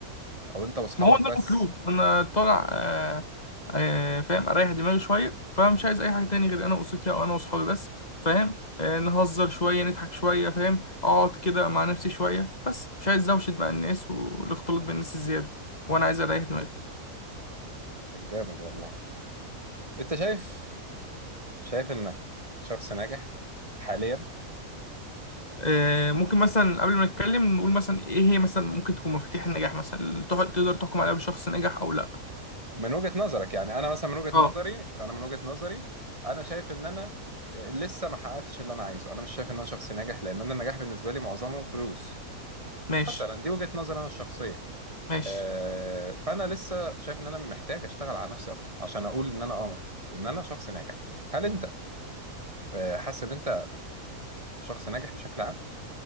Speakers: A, on the right; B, on the left.
A: او انت واصحابك
B: ما هو
A: بس
B: ده مطلوب انا طالع آه آه فاهم اريح دماغي شويه فمش عايز اي حاجه تاني غير انا واسرتي او انا واصحابي بس فاهم آه نهزر شويه نضحك شويه فاهم اقعد كده مع نفسي شويه بس مش عايز دوشه مع الناس والاختلاط بالناس الزياده وانا عايز اريح دماغي
A: طب جامد والله انت شايف شايف انك شخص ناجح حاليا
B: آه، ممكن مثلا قبل ما نتكلم نقول مثلا ايه هي مثلا ممكن تكون مفاتيح النجاح مثلا اللي تقعد- تقدر تحكم عليها بشخص نجح او لا
A: من وجهة نظرك يعني انا مثلا من وجهة
B: اه
A: نظري انا من وجهة نظري انا شايف ان انا آه، لسه ما حققتش اللي انا عايزه انا مش شايف ان انا شخص ناجح لان انا النجاح بالنسبة لي معظمه فلوس
B: ماشي
A: مثلا دي وجهة نظري انا الشخصية
B: ماشي
A: آه، فانا لسه شايف ان انا محتاج اشتغل على نفسي اكتر عشان اقول ان انا اه ان انا شخص ناجح هل انت آه، حاسس ان انت شخص ناجح بشكل عام